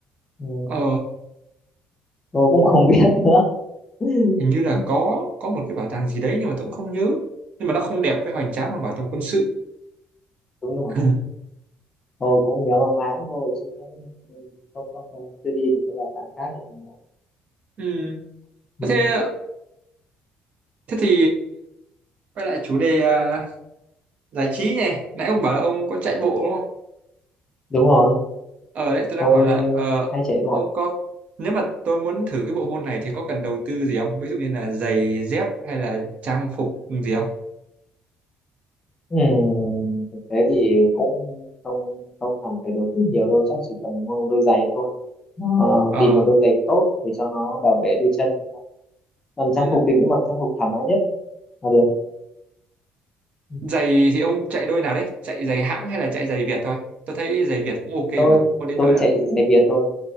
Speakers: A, on the left (about 20°); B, on the right (about 45°).
A: Ừ,
B: ờ
A: tôi cũng không biết nữa. <laughs>
B: hình như là có có một cái bảo tàng gì đấy nhưng mà tôi cũng không nhớ nhưng mà nó không đẹp với hoành tráng bằng bảo tàng quân sự
A: Đúng rồi,
B: <laughs>
A: tôi cũng nhớ mang máng thôi chứ cũng không không không chưa đi một cái bảo tàng khác ở Hà Nội.
B: Ừm. Có
A: Ừ,
B: thế thế thì quay lại chủ đề à, giải trí nhỉ nãy ông bảo là ông có chạy bộ đúng không
A: Đúng rồi,
B: ở đấy tôi đang
A: tôi
B: hỏi là ờ,
A: hay chạy
B: ông
A: bộ.
B: có nếu mà tôi muốn thử cái bộ môn này thì có cần đầu tư gì không ví dụ như là giày dép hay là trang phục gì không
A: Ừ, thực tế thì cũng không không hẳn phải đầu tư nhiều đâu, chắc chỉ cần mua một đôi giày thôi. Ờ,
B: ờ
A: tìm một đôi giày tốt để cho nó bảo vệ đôi chân mình thôi. Còn trang
B: ừ.
A: phục thì cứ mặc trang phục thoải mái nhất là được. Ừ,
B: giày thì ông chạy đôi nào đấy chạy giày hãng hay là chạy giày Việt thôi tôi thấy giày Việt cũng ok
A: Tôi
B: mà có đến
A: tôi
B: nỗi là
A: chạy giày Việt thôi.